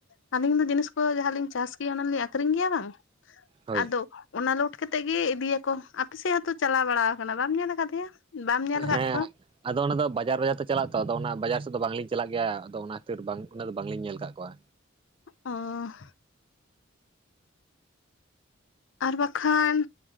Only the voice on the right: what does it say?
ᱦᱳᱭ
ᱦᱮᱸ
ᱟᱫᱚ ᱚᱱᱟ ᱫᱚ ᱵᱟᱡᱟᱨ ᱵᱟᱡᱟᱨ ᱛᱮ ᱪᱟᱞᱟᱜ ᱛᱚ ᱟᱫᱚ ᱚᱱᱟ ᱵᱟᱡᱟᱨ ᱥᱮᱫ ᱫᱚ ᱵᱟᱝᱞᱤᱧ ᱪᱟᱞᱟᱜ ᱜᱮᱭᱟ ᱟᱫᱚ ᱚᱱᱟ ᱠᱷᱟᱹᱛᱤᱨ ᱵᱟᱝ ᱚᱱᱟ ᱫᱚ ᱵᱟᱝᱞᱤᱧ ᱧᱮᱞ ᱟᱠᱟᱫ ᱠᱚᱣᱟ